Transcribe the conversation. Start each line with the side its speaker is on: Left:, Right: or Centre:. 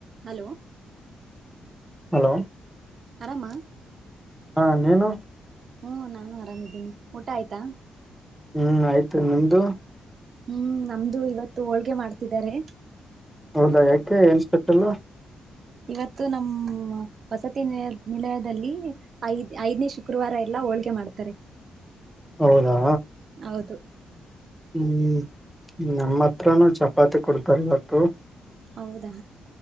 Right: Hello
Centre: hello
Right: ಆರಾಮ
Centre: ಹಾ ನೀನು
Right: ಹು ನಾನು ಆರಾಮಿದ್ದೀನಿ ಊಟ ಆಯ್ತಾ?
Centre: ಹ್ಮ್ ಆಯ್ತು ನಿಮ್ದು
Right: ಹ್ಮ್ ನಮ್ದು ಇವತ್ತು ಹೋಳ್ಗೆ ಮಾಡ್ತಿದ್ದಾರೆ
Centre: ಹೌದಾ ಯಾಕೆ ಏನ್ ಸ್ಪೆಷಲ್
Right: ಇವತ್ತು ನಮ್ಮ ವಸತಿ ನಿಲಯದಲ್ಲಿ ಐದ್ ಐದನೇ ಶುಕ್ರವಾರ ಎಲ್ಲ ಹೋಳ್ಗೆ ಮಾಡ್ತಾರೆ
Centre: ಹೌದಾ
Right: ಹೌದು
Centre: ವುಂ- ನಮ್ಮ ಹತ್ರನೂ ಚಪಾತಿ ಕೊಡ್ತಾರೆ ಇವತ್ತು
Right: ಹೌದಾ